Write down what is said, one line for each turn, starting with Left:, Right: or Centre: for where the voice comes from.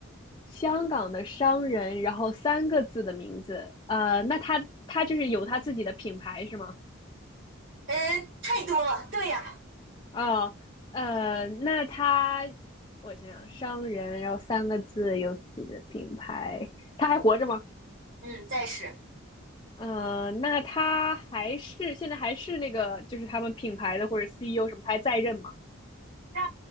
Left: 香港的商人，然后三个字的名字，呃，那他他就是有他自己的品牌是吗？
Right: 呃，太多了。对呀，
Left: 哦，呃，那他我想想，商人，然后三个字，有自己的品牌，他还活着吗？
Right: 嗯，再是
Left: 呃，那他还是现在还是那个，就是他们品牌的或者 CEO 什么，他还在任吗？
Right: 他